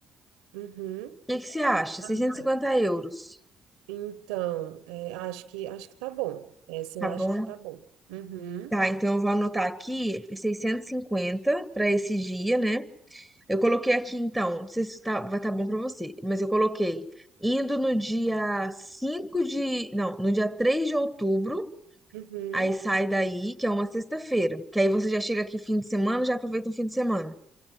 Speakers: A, on the right; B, in the centre.
A: Uhum.
B: O que que você acha?
A: Ah,
B: Seiscentos
A: tá.
B: e cinquenta euros,
A: Então, é, acho que acho que tá bom. Essa
B: tá
A: eu acho
B: bom?
A: que tá bom. Uhum,
B: Tá, então eu vou anotar aqui seiscentos e cinquenta para esse dia, né? Eu coloquei aqui então, não sei se tá, vai estar bom para você, mas eu coloquei indo no dia 5 de, não, no dia 3 de outubro,
A: uhum.
B: aí sai daí, que é uma sexta-feira, que aí você já chega aqui fim de semana, já aproveita um fim de semana.